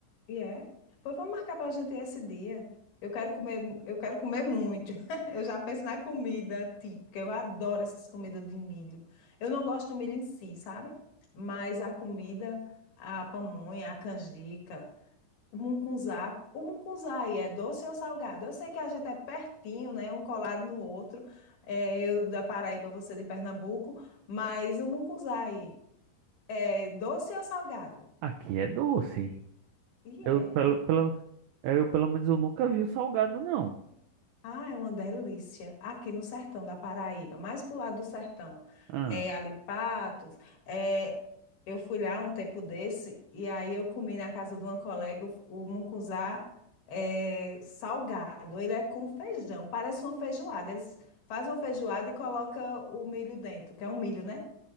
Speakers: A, on the left (about 60°); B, on the right (about 85°).
A: E é. Pois vamos marcar pra gente esse dia. Eu quero comer, eu quero comer muito. <laughs> Eu já penso na comida típica. Eu adoro essas comidas de milho. Eu não gosto do milho em si, sabe? Mas a comida, a pamonha, a canjica, O mucunzá, o mucunzá aí é doce ou salgado? Eu sei que a gente é pertinho, né? Um colado no outro. É, eu da Paraíba, você de Pernambuco. Mas o mucunzá aí é doce ou salgado?
B: Aqui é doce.
A: E
B: Eu
A: é.
B: pelo, pelo, eu, pelo menos eu nunca vi o salgado, não.
A: Ah, é uma delícia. Aqui no sertão da Paraíba, mais pro lado do sertão.
B: Ah,
A: É ali Patos. É, eu fui lá um tempo desse e aí eu comi na casa de uma colega o, o mucunzá é, salgado. Ele é com feijão, parece uma feijoada. Eles fazem uma feijoada e colocam o milho dentro, que é um milho, né?